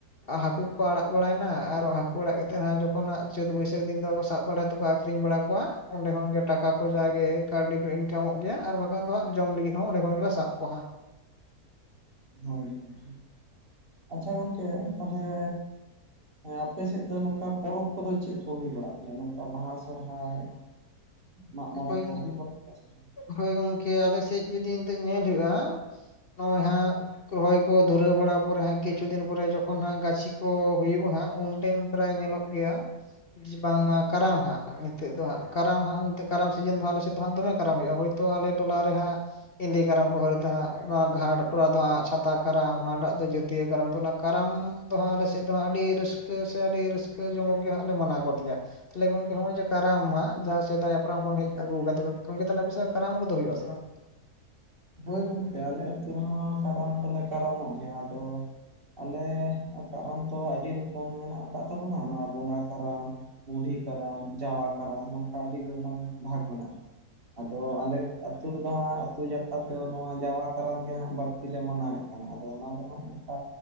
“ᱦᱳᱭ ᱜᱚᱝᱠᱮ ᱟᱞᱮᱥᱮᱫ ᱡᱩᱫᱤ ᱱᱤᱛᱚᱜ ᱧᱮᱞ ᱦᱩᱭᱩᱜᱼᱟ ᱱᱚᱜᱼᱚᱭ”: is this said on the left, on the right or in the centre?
Left